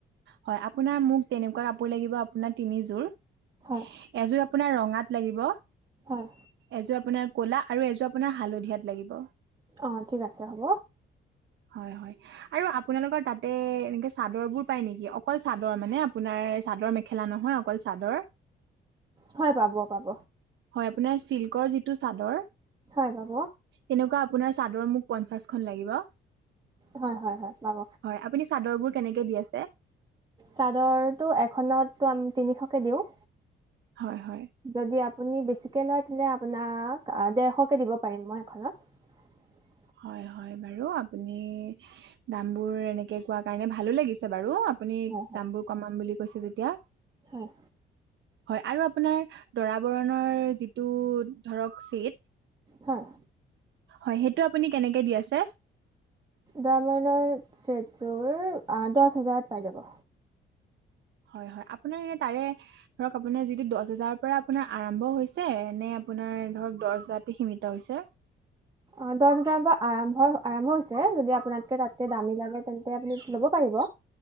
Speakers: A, on the right; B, on the right.
A: হয় আপোনাৰ মোক তেনেকুৱা কাপোৰ লাগিব আপোনাৰ তিনিযোৰ
B: হয়
A: এযোৰ আপোনাৰ ৰঙাত লাগিব
B: হয়
A: এযোৰ আপোনাৰ কলা আৰু এযোৰ আপোনাৰ হালধিয়াত লাগিব
B: অঁ ঠিক আছে হ'ব।
A: হয় হয় আৰু আপোনালোকৰ তাতে এনেকে চাদৰ বোৰ পায় নেকি অকল চাদৰ মানে আপোনাৰ চাদৰ মেখেলা নহয় অকল চাদৰ
B: হয় পাব পাব
A: আপোনাৰ চিল্কৰ যিটো চাদৰ
B: হয় বাবু
A: তেনেকুৱা আপোনাৰ চাদৰ মোক পঞ্চাশখন লাগিব
B: হয় হয় হয় পাব
A: হয় আপুনি চাদৰবোৰ কেনেকে দি আছে
B: চাদৰটো এখনত তিনিশকে কম দিওঁ
A: হয় হয়
B: যদি আপুনি বেছিকৈ লয় তেলে আপোনাক ডেৰশকৈ দিব পাৰিম মই এখনত
A: হয় হয় বাৰু আপুনি দাম বোৰ এনেকে কোৱা কাৰণে ভালো লাগিছে বাৰু আপুনি
B: হয় হয়
A: দামবোৰ কমাম বুলি কৈছে যেতিয়া
B: হয়
A: হয় আৰু আপোনাৰ দৰা বৰণৰ যিটো ধৰক চেট
B: হয়
A: হয় সেইটো আপুনি কেনেকে দি আছে
B: দামনত ছেট যোৰ দহ হাজাৰত পাই যাব
A: হয় হয় আপোনাৰ এ তাৰে ধৰক আপোনাৰ যিটো দহ হাজাৰৰ পৰা আপোনাৰ আৰম্ভ হৈছে নে আপোনাৰ ধৰক দহ হজাৰতে সীমিত হৈছে
B: অ দশ হজাৰ পৰা আৰম্ভৰ আৰম্ভ হৈছে যদি আপোনালকে তাতকে দামী লাগে তেন্তে আপুনি ল'ব পাৰিব